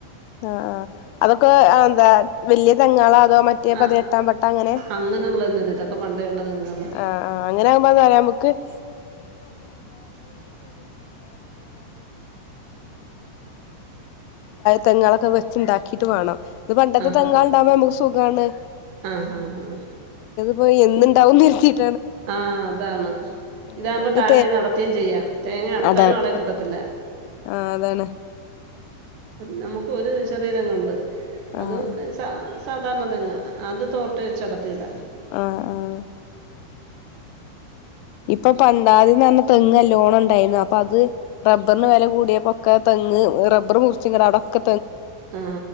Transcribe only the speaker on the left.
ആഹ് ആഹ് അതൊക്കെ അ എന്താ വല്ല്യ തെങ്ങേളാ അതോ മറ്റേ
പതിനെട്ടാം പട്ട അങ്ങനെ
ആഹ്ആഹ് അങ്ങനെ ആകുമ്പോ എന്താറിയൊ <unintelligible> തെങ്ങ്കളൊക്കെ വെച്ചുണ്ടാക്കിയിട്ട് വാണം ഇത് പണ്ടത്തെ
തെങ്ങേ
ളുണ്ടാവുമ്പോ നമ്മക്ക് സുഖാണ്
പ്പൊ എന്നുണ്ടാവുംന്ന് കരുതി
നമുക്ക്
തേ
അതാണ്
ആഹ് അതാണ്
ആഹ്
ആ ആഹ് ഇപ്പൊ പണ്ടാതിൻ പറഞ്ഞ തെങ്ങ് നല്ലോണ ണ്ടായിരുന്നു അപ്പോ അത് പ റബറിന് വില കൂടിയപ്പൊക്കെ തെങ്ങ് റബറ് മുറിച്ചുങ്ങാണ്ട് അടൊക്കെ